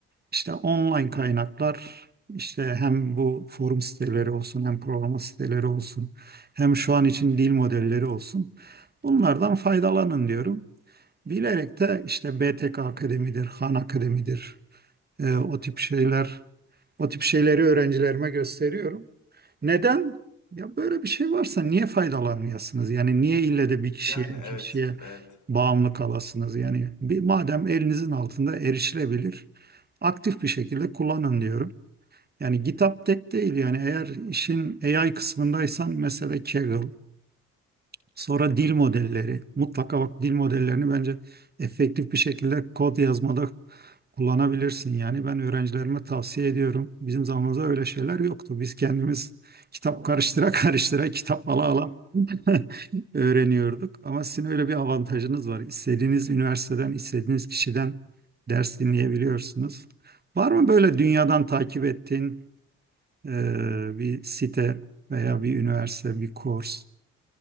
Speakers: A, on the right; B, on the left.
A: İşte online kaynaklar, işte hem bu forum siteleri olsun, hem programa siteleri olsun, hem şu an için dil modelleri olsun. Bunlardan faydalanın diyorum. Bilerek de işte BTK Akademi'dir, Han Akademi'dir, e, o tip şeyler o tip şeyleri öğrencilerime gösteriyorum. Neden? Ya böyle bir şey varsa niye faydalanmayasınız? Yani niye ille de bir kişiye,
B: Yani
A: iki
B: evet,
A: kişiye
B: evet.
A: bağımlı kalasınız? Yani bir, madem elinizin altında erişilebilir, aktif bir şekilde kullanın diyorum. Yani GitHub tek değil yani eğer işin AI kısmındaysan mesela Kaggle, Sonra dil modelleri. Mutlaka bak dil modellerini bence efektif bir şekilde kod yazmada kullanabilirsin. Yani ben öğrencilerime tavsiye ediyorum. Bizim zamanımızda öyle şeyler yoktu. Biz kendimiz kitap karıştıra <laughs> karıştıra kitap ala ala <laughs> öğreniyorduk. Ama sizin öyle bir avantajınız var. İstediğiniz üniversiteden, istediğiniz kişiden ders dinleyebiliyorsunuz. Var mı böyle dünyadan takip ettiğin e, bir site veya bir üniversite, bir kurs?